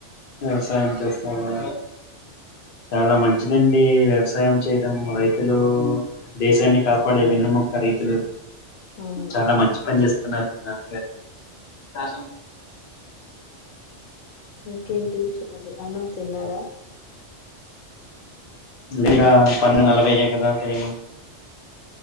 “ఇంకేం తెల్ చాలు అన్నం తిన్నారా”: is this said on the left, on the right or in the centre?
Left